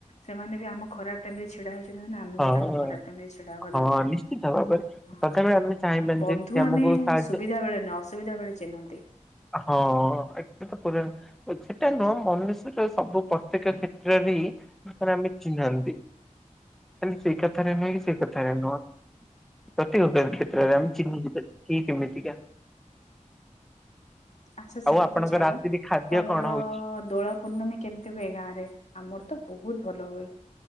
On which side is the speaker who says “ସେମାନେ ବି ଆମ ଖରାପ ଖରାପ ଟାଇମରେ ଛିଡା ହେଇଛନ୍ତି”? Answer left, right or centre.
Left